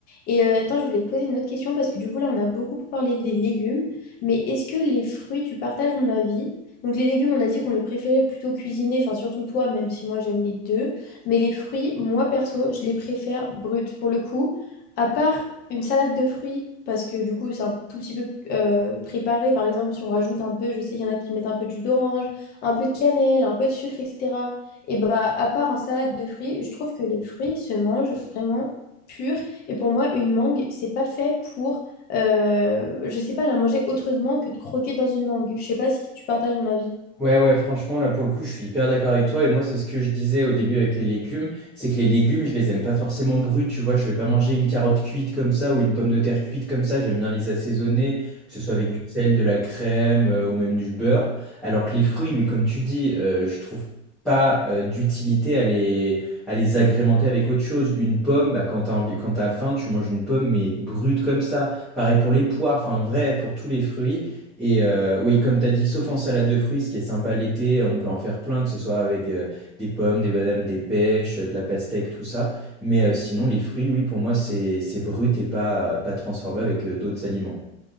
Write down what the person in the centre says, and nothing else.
Ouais, ouais, franchement, là, pour le coup, je suis hyper d'accord avec toi. Et moi, c'est ce que je disais au début avec les légumes, c'est que les légumes, je les aime pas forcément bruts, tu vois. Je vais pas manger une carotte cuite comme ça ou une pomme de terre cuite comme ça. J'aime bien les assaisonner, que ce soit avec du sel, de la crème euh, ou même du beurre. Alors que les fruits, oui, comme tu dis, euh, je trouve pas euh, d'utilité à les, à les agrémenter avec autre chose. Une pomme, bah, quand t'as envie, quand t'as faim, tu manges une pomme, mais brute comme ça. Pareil pour les poires, enfin, en vrai, pour tous les fruits. Et euh, oui, comme tu as dit, sauf en salade de fruits, ce qui est sympa l'été, on peut en faire plein, que ce soit avec euh, des pommes, des badames, des pêches, euh, de la pastèque, tout ça. Mais euh, sinon, les fruits, oui, pour moi, c'est c'est brut et pas, pas transformé avec euh, d'autres aliments.